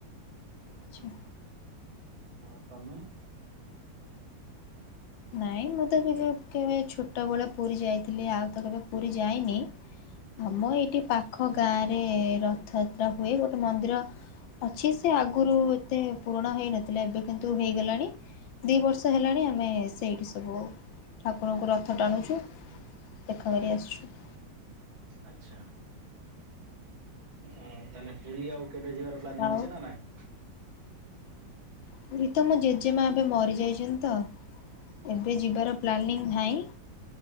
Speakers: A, on the left; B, on the right.
A: ଆଚ୍ଛା।
B: ଆଉ ତମେ?
A: ନାଇଁ ମୁଁତବି କେବେ ଛୋଟବେଳେ ପୁରୀ ଯାଇଥିଲି ଆଉତ କେବେ ପୁରୀ ଯାଇନି ଆମ ଏଇଠି ପାଖ
B: ହୁଁ
A: ଗାଁରେ ରଥଯାତ୍ରା ହୁଏ ଗୋଟେ ମନ୍ଦିର ଅଛି ସେଆଗରୁ ଏତେ ପୁୁରଣ ହେଇନଥିଲା ଏବେ କିନ୍ତୁ ହେଇଗଲାଣି ଦି ବର୍ଷ ହେଲାଣି ଆମେ ସେଇଠି ସବୁ ଠାକୁରଙ୍କୁ ରଥ ଟାଣୁଛୁ ଦେଖା କରି ଆସୁଛୁ।
B: ଆଚ୍ଛା ଉଁ ତାହେଲେ ପୁରୀ ଆଉ କେବେ ଯିବାର ପ୍ଲାନିଂ
A: ଆଉ
B: ଅଛି ନାଇଁ?
A: ପୁରୀତ ମୋ ଜେଜେମା ଏବେ ମରି ଯାଇଚନ୍ତିତ ଏବେ ଯିବାର ପ୍ଲାନିଂ ନାହିଁ